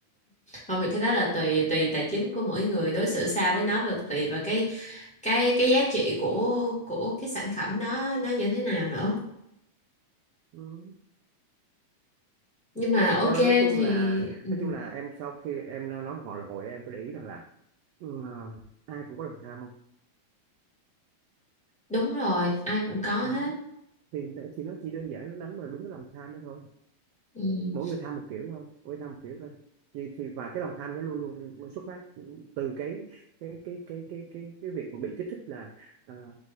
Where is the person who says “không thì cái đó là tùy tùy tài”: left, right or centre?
Centre